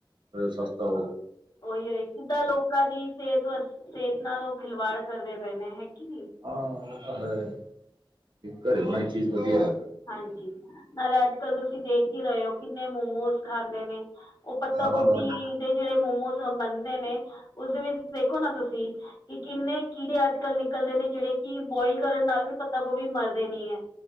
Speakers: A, on the right; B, on the left.
A: ਸਸਤਾ ਹੋਊ
B: ਉਹੀਏ ਕਿੱਦਾਂ ਲੋਕਾਂ ਦੀ ਸਿਹਤ ਵ ਸਿਹਤ ਨਾਲ ਉਹ ਖਿਲਵਾੜ ਕਰਦੇ ਪਏਣੇ ਹੈਕੀ ਨੀ
A: ਹਾਂ ਉਹ ਤਾਂ ਹੈ, ਘਰੇ ਬਣਾਈ ਚੀਜ਼ ਵਦੀਆ ਐ।
B: ਹਾਂਜੀ ਨਾਲੇ ਅੱਜ ਕੱਲ ਤੁਸੀਂ ਦੇਖ ਹੀ ਰਹੇ ਹੋ ਕਿੰਨੇ ਮੋਮੋਸ ਖਾਂਦੇ ਨੇ ਉਹ ਪੱਤਾ
A: ਬਹੁਤ
B: ਗੋਭੀ ਦੇ ਜਿਹੜੇ ਮੋਮੋਜ ਬਣਦੇ ਨੇ ਉਸਦੇ ਵਿੱਚ ਦੇਖੋ ਨਾ ਤੁਸੀਂ ਕਿ ਕਿੰਨੇ ਕੀੜੇ ਅੱਜ ਕੱਲ ਨਿਕਲਦੇ ਨੇ ਜਿਹੜੇ ਕਿ ਬੋਇਲ ਕਰਨ ਨਾਲ ਵੀ ਪੱਤਾ ਗੋਭੀ ਮਰਦੇ ਨੀ ਐ